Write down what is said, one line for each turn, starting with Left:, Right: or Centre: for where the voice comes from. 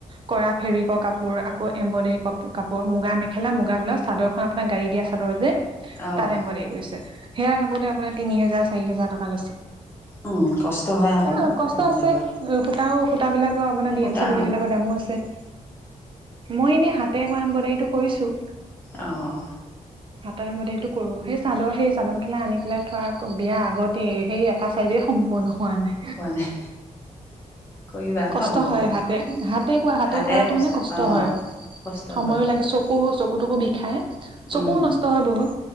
Right: কৰা ফেব্ৰিকৰ কাপোৰ আকৌ এম্ব্ৰডাৰী কাপোৰ মুগা মেখেলা মুগাাব্লাউজ চাদৰখন আপোনাক গাড়ী দিয়া চাদৰ যে,
Left: অঁ
Right: তাত এমব্ৰডাৰি কৰিছে সেয়া কাপোৰতে আপোনাৰ তিনি হেজাৰ চাৰি হেজাৰ টকা লৈছে।
Left: অঁ কষ্ট হয় আকৌ
Right: অ, কষ্ট
Left: বেলেগৰ
Right: আছে সূতাও সুতা বিলাকৰ আপোনাৰ
Left: সূতা
Right: ডি এম চি গুলিবিলাকৰ দামো আছে। আছে। মই এনেই হাতে কৰা এমব্ৰডাৰিটো কৰিছো
Left: অহ,
Right: হাটাই মদেটো কৰো সেই চাদৰ সেই চাদৰ মেখেলা আনি পেলাই থোৱা আকৌ বিয়া আগতেই সেই এটা চাইদেই সম্পূৰ্ণ, হোৱা নাই।
Left: হোৱা নাই কৰিবা সময়
Right: কষ্ট হয়
Left: পালে
Right: হাতে -হাতে কৰা হাতে
Left: হাতেৰে
Right: কৰাটো মানে কষ্ট,
Left: অঁ
Right: হয়
Left: কষ্ট
Right: সময়ো
Left: হয়
Right: লাগে চকু-চকুটুকু বিষায়। চকুও
Left: উম
Right: নষ্ট হয় বহুত।